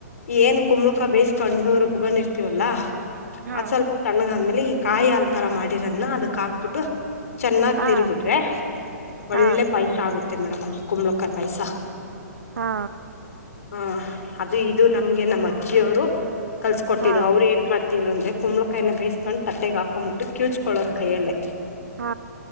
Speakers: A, on the left; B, on the right.
A: ಏನ್ ಕುಂಬಳಕಾಯಿ ಬೇಯಿಸ್ಕೊಂಡು ರೂಬ್ಕೊಂಡಿರ್ತೀವಲ್ಲ.
B: ಹಾ
A: ಅದ್ ಸ್ವಲ್ಪ ತಣ್ಣಗ್ ಆದ್ಮೇಲೆ ಈ ಕಾಯಿ ಹಾಲ್ ತರ ಮಾಡಿರೋದ್ನ ಅದಕ್ ಹಾಕ್ಬುಟ್ಟು. ಚೆನ್ನಾಗ್ ತಿರುಗ್ಬಿಟ್ರೆ
B: ಹಾ
A: ಒಳ್ಳೆ
B: ಹಾ
A: ಪಾಯ್ಸ ಆಗುತ್ತೆ ಮೇಡಂ ಕುಂಬಳಕಾಯ್ ಪಾಯ್ಸ.
B: ಹಾ
A: ಹಾ ಅದು ಇದು ನಮ್ಗೆ ನಮ್ಮ ಅಜ್ಜಿಯವ್ರು ಕಲ್ಸ ಕೊಟ್ಟಿದ್ದು
B: ಹಾ
A: ಅವ್ರ್ ಏನ್ ಮಾಡ್ ದಿದ್ರಂದ್ರೆ ಕುಂಬಳುಕಾಯ್ನ್ ಬೇಯ್ಸಕೊಂಡ್ ತಟ್ಟೆಗ್ ಹಾಕೊಂಬಿಟ್ಟು ಕ್ಯೂಚ್ಕೊಳ್ಳೋರ್ ಕೈಯಲ್ಲೆ.
B: ಹಾ